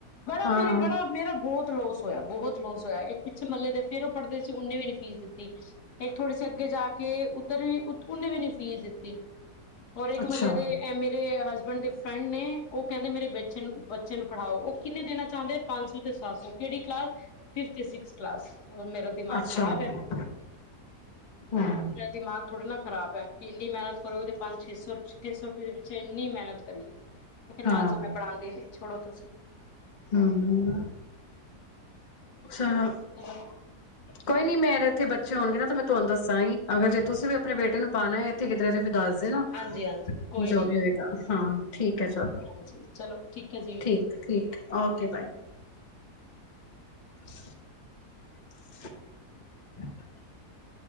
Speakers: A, on the left; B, on the left.
A: ਬੜਾ
B: ਹਾਂ
A: ਮੇਰੀ ਬੜਾ ਮੇਰਾ ਬਹੁਤ ਲੋਸ ਹੋਇਆ ਬਹੁਤ ਲੋਸ ਹੋਇਆ ਇੱਕ ਪਿੱਛੇ ਮਹੱਲੇ ਦੇ ਫੇਰ ਉਹ ਪੜਦੇ ਸੀ ਉਹਨੇ ਵੀ ਨੀ ਫੀਸ ਦਿੱਤੀ ਇੱਕ ਥੋੜੀ ਸੀ ਅੱਗੇ ਜਾ ਕੇ ਕੇ ਉੱਧਰ ਵੀ ਉਹਨੇ ਵੀ ਨੀ ਫੀਸ ਦਿੱਤੀ ਹੋਰ ਇੱਕ
B: ਅੱਛਾ
A: ਮਤਲਬ ਦੇ ਐ ਮੇਰੇ ਹਸਬੈਂਡ ਦੇ ਫਰੈਂਡ ਨੇ ਉਹ ਕਹਿੰਦੇ ਮੇਰੇ ਬੇ ਨੂੰ ਬੱਚੇ ਨੂੰ ਪੜ੍ਹਾਓ ਉਹ ਕਿੰਨੇ ਦੇਣਾ ਚਾਹੁੰਦੇ ਪੰਜ ਸੌ ਤੇ ਸਤ ਸੌ ਕਿਹੜੀ ਕਲਾਸ ਫਿਫਥ ਸਸ ਕਲਾਸ ਉਹਰ ਮੇਰਾ ਦਿਮਾਗ
B: ਅੱਛਾ
A: ਖ਼ਰਾਬ
B: ਹਮ
A: ਹੈ
B: ਹਾਂ
A: ਮੇਰਾ ਦਿਮਾਗ ਥੋੜੇ ਨਾ ਖ਼ਰਾਬ ਹੈ ਕਿ ਇੰਨੀ ਮਿਹਨਤ ਕਰੋਗੇ ਤੇ ਪੰਜ ਛੇ ਸੌ ਛੇ ਸੌ ਰੁਪਏ ਦੇ ਵਿੱਚੇ ਇੰਨੀ ਮਿਹਨਤ ਕਰੀਏ ਇੱਕ ਨਾਲ
B: ਹਮ
A: ਜ ਮੈਂ ਪੜਾਉਂਦੀ ਨੀ। ਛੋੜ ਤੁਸੀਂ
B: ਹਮ, ਚਲੋ।
A: ਚਲੋ
B: ਕੋਈ ਨਹੀਂ ਮਰੇ ਇੱਥੇ ਬੱਚੇ ਹੋਣਗੇ ਨਾ ਤਾਂ ਮੈਂ ਤੁਹਾਨੂੰ ਦੱਸਾਂਗੀ ਅਗਰ ਜੇਸੀ ਵੀ ਆਪਣੇ ਬੇ ਨੂੰ ਪਾਉਣਾ ਹੈ ਇੱਥੇ ਕਿਧਰ ਇ ਫਿਰ ਦੱਸ ਨਾ
A: ਹਾਂਜੀ ਹਾਂਜੀ ਕੋਈ
B: ਜੋ
A: ਨੀ
B: ਵੀ ਹੋਏਗਾ। ਹਾਂ, ਠੀਕ ਹੈ ਚਲੋ,
A: ਹਾਂਜੀ ਚਲੋ ਠੀਕ ਹੈ ਜੀ
B: ਠੀਕ- ਠੀਕ, ਓਕੇ ਬਾਏ। ਛਨ ਸ਼ਕ